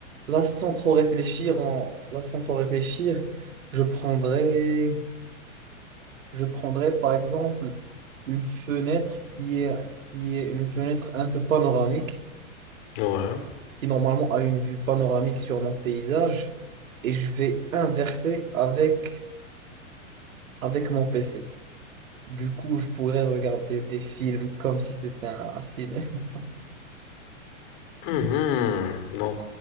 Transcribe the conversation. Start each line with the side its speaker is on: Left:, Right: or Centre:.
Right: là, sans trop réfléchir, en... là, sans trop réfléchir, je prendrais... Je prendrais par exemple une fenêtre qui est, qui est une fenêtre un peu panoramique,
Left: Ouais.
Right: qui normalement a une vue panoramique sur mon paysage, et je vais inverser avec, avec mon PC. Du coup, je pourrais regarder des films comme si c'était un, un ciné. <laughs>
Left: Mhm. Donc